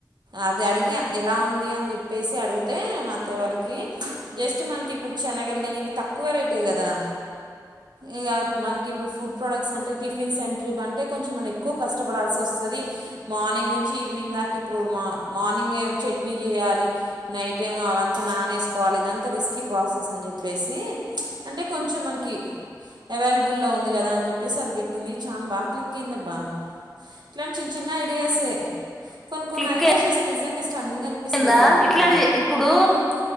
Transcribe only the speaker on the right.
అది అడిగా ఎలా ఉంది అని చెప్పేసి అడిగితే మా అత్తయవలకి జస్ట్ మనకి ఇప్పుడు శనగలు కానీ ఇవి తక్కువరేట్ ఎహ్ కదా ఇ మనకి ఇప్పుడు ఫుడ్ ప్రోడక్ట్స్ అంటే టిఫిన్స్ సిన్ ట్రిప్ అంటే కొంచెం మనం ఎక్కువ కష్టపడాల్సి వస్తది మార్నింగ్ నుంచి ఈవినింగ్ దా ఇప్పుడు మార్ని గ్ చట్నీ చేయాలి నైట్ ఏమో అవంతా నానిసుకోవాలి ఇదంతా రిస్కీ ప్రాసెస్ అని చెప్పేసి సి హ్మచ్ అంటే కొంచెం మనకి అవలైబల్ ఉంది కదా అని అది పెట్టింది చాన బా క్లిక్ అయిందబ్బా ఇట్లాంటి చిన్న చిన్న ఐడియాసే కొన్ని కొన్ని
ఐడియాస్ చూస్తే నిజంగా స్టంన్నింగ్ అనిపిస్తుందిబ్బా
నాకు
కూడా
మ్మ్